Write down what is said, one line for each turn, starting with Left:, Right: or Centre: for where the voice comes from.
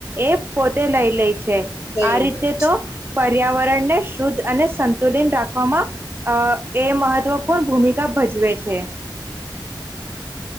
Right: એ પોતે લઈ લે છે.
Left: દઈ
Right: આ રીતે
Left: લો છે
Right: તો પર્યાવરણને શુદ્ધ અને સંતુલીન રાખવામાં અ એ મહત્વપૂર્ણ ભૂમિકા ભજવે છે.